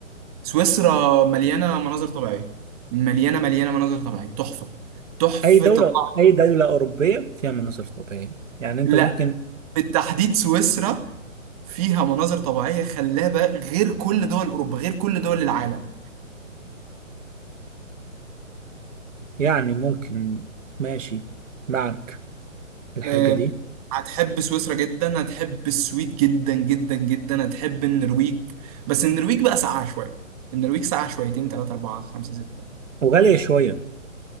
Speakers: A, on the right (about 30°); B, on the right (about 70°).
A: سويسرا مليانه مناظر طبيعيه مليانه مليانه مناظر طبيعيه تحفه تحفه
B: أي دولة
A: الطبيعة.
B: أي دولة أوروبية فيها مناظر طبيعية يعني أنت
A: لا
B: ممكن
A: بالتحديد سويسرا فيها مناظر طبيعيه خلابه غير كل دول اوروبا غير كل دول العالم
B: يعني ممكن ماشي معك الحاجة
A: آه،
B: دي
A: هتحب سويسرا جدا هتحب السويد جدا جدا جدا هتحب النرويج بس النرويج بقى ساقعه شويه النرويج ساقعه شويتين 3 4 5 6
B: وغالية شوية